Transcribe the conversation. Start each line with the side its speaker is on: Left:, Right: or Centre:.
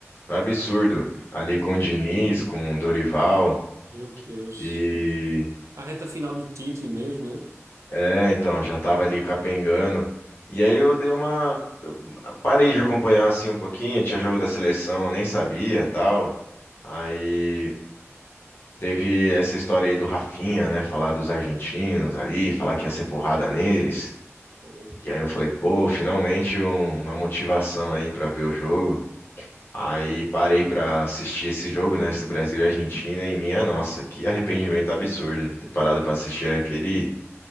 Left: Absurdo.
Right: Uhum.
Left: Ali com o Diniz, com o Dorival,
Right: Meu Deus.
Left: e...
Right: A reta final do Tite mesmo, né?
Left: É, então, já tava ali capengando. E aí eu dei uma... eu Parei de acompanhar, assim, um pouquinho, tinha jogo da seleção, eu nem sabia, tal. Aí Teve essa história aí do Rafinha, né? Falar dos argentinos ali, falar que ia ser porrada neles.
Right: Foi.
Left: E aí eu falei, pô, finalmente um- uma motivação aí pra ver o jogo. Aí parei pra assistir esse jogo, né? Esse Brasil e Argentina, e minha nossa, que arrependimento absurdo de ter parado pra assistir aquele,